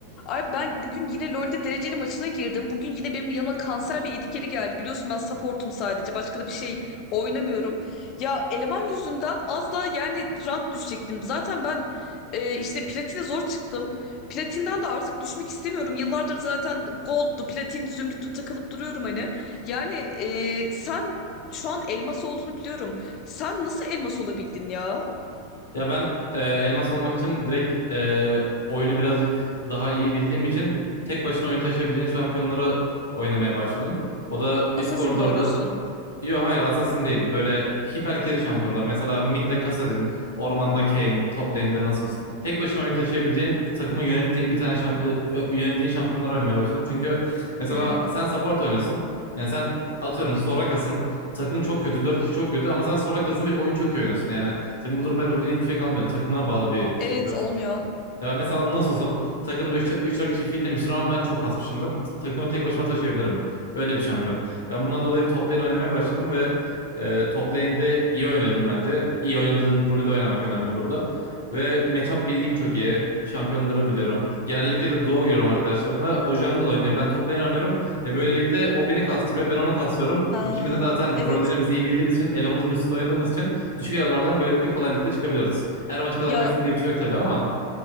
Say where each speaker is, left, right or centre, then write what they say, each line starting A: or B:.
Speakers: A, on the left; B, on the left.
A: Ay ben bugün yine LoL'de dereceli maçına girdim. Bugün yine benim yanıma kanser bir edikeri geldi. Biliyorsun ben supportum sadece. Başka da bir şey oynamıyorum. Ya eleman yüzünden az daha yani rank düşecektim. Zaten ben e, işte platine zor çıktım. Platinden de artık düşmek istemiyorum. Yıllardır zaten gold'du, platin, zümrüttü takılıp duruyorum hani. Yani e, sen şu an elmas olduğunu biliyorum. Sen nasıl elmas olabildin ya?
B: Ya ben e, elmas almak için direkt e, oyunu birazcık daha iyi bildiğim için tek başına oyun taşıyabileceğin şampiyonları oynamaya başladım. O da üst
A: Assassin
B: koridorda
A: mi oynuyorsun?
B: Yok hayır Assassin değil. Böyle hiper carry şampiyonlar. Mesela mid'de Kassadin, ormanda Kayn, top lane'de Nasus. Tek başına oyun taşıyabileceğin, takımı yönettiğin bir tane şamp e, e, yönettiğin şampiyonlar oynamaya başladım. Çünkü mesela
A: Hmm.
B: sen support oynasın. Yani sen atıyorum Soraka'sın. Takım çok kötü, 4 kişi çok kötü ama sen Soraka'sın ve oyun çok iyi oynuyorsun. Yani senin bu durumda yapabildiğin hiçbir şey kalmıyor. Takımına bağlı bir şampiyonsun
A: Evet olmuyor.
B: çünkü. Ya ben mesela Nasus'um. Takımda üç 4 kişi feed demiştir ama ben çok kasmışımdır. Takımı tek başıma taşıyabilirim. Öyle bir şampiyon. Ben bundan dolayı top lane oynamaya başladım ve e, top lane'de iyi oynuyorum bence. İyi oynadığın rolde oynamak önemli burada. Ve matchup bilgim çok iyi. Şampiyonları biliyorum. Genellikle de duo görüyorum arkadaşlarımla. O jungle oynuyor. Ben top lane oynuyorum. Ve böylelikle o beni kastırıyor. Ben onu kastırıyorum.
A: Ha,
B: İkimiz de zaten
A: evet.
B: rollerimizi iyi bildiğimiz için, elomuzun üstünde oynadığımız için düşük elolardan böylelikle kolaylıkla çıkabiliyoruz. Her maç kazanacaksın
A: Ya
B: diye bir şey yok tabii ama